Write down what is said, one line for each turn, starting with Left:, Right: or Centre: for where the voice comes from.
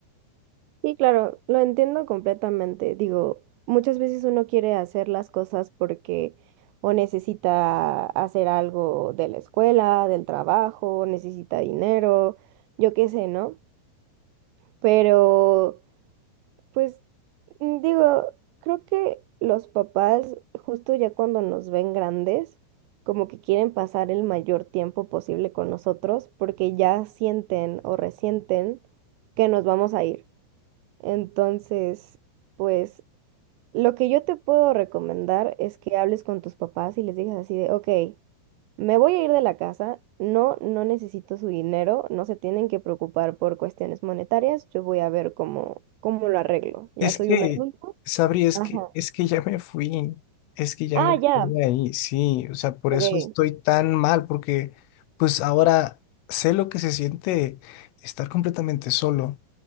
Right: Y claro, lo entiendo completamente. Digo, muchas veces uno quiere hacer las cosas porque o necesita hacer algo de la escuela, del trabajo, necesita dinero, yo qué sé, ¿no? Pero Pues mm, digo, creo que los papás, justo ya cuando nos ven grandes, como que quieren pasar el mayor tiempo posible con nosotros porque ya sienten o resienten que nos vamos a ir. Entonces, pues lo que yo te puedo recomendar es que hables con tus papás y les digas así de, ok. Me voy a ir de la casa, no, no necesito su dinero, no se tienen que preocupar por cuestiones monetarias, yo voy a ver cómo, cómo lo arreglo. Ya
Left: Es
Right: soy
Left: que,
Right: un adulto.
Left: Sabri, es
Right: Ajá.
Left: que, es que ya me fui, es que ya
Right: Ah,
Left: no estoy
Right: ya,
Left: ahí, sí, o sea, por
Right: ok.
Left: eso estoy tan mal, porque pues ahora sé lo que se siente estar completamente solo.